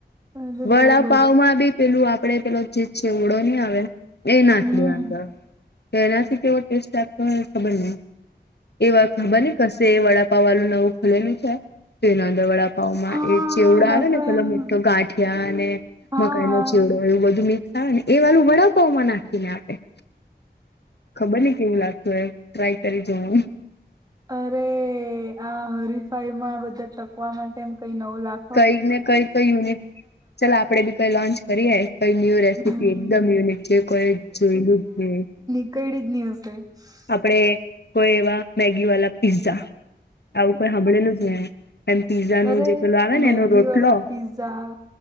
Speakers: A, on the right; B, on the left.
A: અરે
B: વડાપાવ
A: બહુ બધું
B: માં બી પેલું આપડે પેલો જે છે ઓડો નહી આવે એ નાખી
A: હમ
B: દે અંદર તો એનાથી કેવો ટેસ્ટ આપતો ખબર નહી એ વા ખબર ને કશે વડાપા વાળું નવું ખુલેલું છે તો એના અંદર વડા ભાવમાં
A: હા
B: એ ચેવડો આવે
A: મેં તો
B: ને પેલો
A: એમ
B: મીઠો ગાંઠિયા અને
A: હા
B: મકાઈ નો
A: હા
B: ચેવડો એું બધું મિક્સ આવે ને એ વાલું વડાપઉ માં નાખીને આપે ખબર નને કેવું લાગતું એ ટ્રાય કરી જોવું
A: અરે આ હરીફાઈમાં બધા ચકવા માટે એમ કઈ નવ લાખ
B: કઈ ને કઈ તો યુનિ ચાલ આપડે બી કઈ લોન્ચ કરીએ કઈ ન્યુ રેસીપી
A: હમ
B: એકદમ યુનિક જે કોઈ જોયલું જ છે
A: કઈડી જ નનીસ
B: આપડે કોઈ એવા મેગી વાળ પીઝા આવું કોઈ સાંભળેલું જ ને એમ પીઝા ન
A: અરે
B: જે પેલું આવે ને
A: મેગી
B: એનો રોટલો
A: વાળા પીઝા